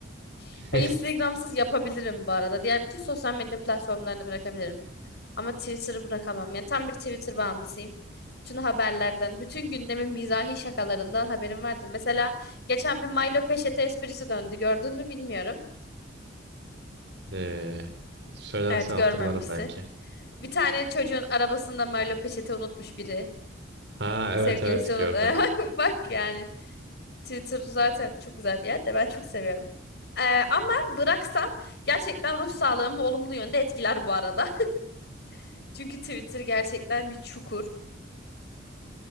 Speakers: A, on the left (about 55°); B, on the right (about 65°).
A: <laughs>
B: <laughs>
A: Instagram'sız yapabilirim bu arada. Diğer bütün sosyal medya platformlarını bırakabilirim. Ama Twitter'ı bırakamam. Yani tam bir Twitter bağımlısıyım. Bütün haberlerden, bütün gündemin mizahi şakalarından haberim vardır. Mesela geçen bir Milo Peşete esprisi döndü. Gördün mü bilmiyorum.
B: De, söylersen
A: Evet
B: hatırlarım
A: görmemişsin.
B: belki.
A: Bir tane çocuğun arabasında Milo Peşete unutmuş biri.
B: Ha
A: Sevgilisi
B: evet evet gördüm.
A: unut. <laughs> Bak yani. Twitter zaten çok güzel bir yer de ben çok seviyorum. Ee, ama bıraksam gerçekten ruh sağlığımı olumlu yönde etkiler bu arada. <laughs> Çünkü Twitter gerçekten bir çukur.